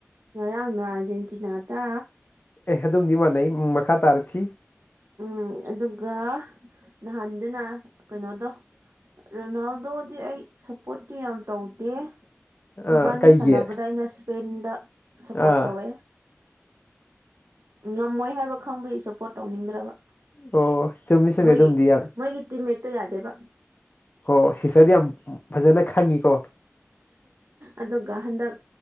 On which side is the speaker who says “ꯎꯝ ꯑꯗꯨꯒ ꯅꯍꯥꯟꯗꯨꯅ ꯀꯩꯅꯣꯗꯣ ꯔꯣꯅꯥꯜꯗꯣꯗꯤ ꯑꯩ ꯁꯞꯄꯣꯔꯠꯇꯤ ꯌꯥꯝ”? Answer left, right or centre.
Right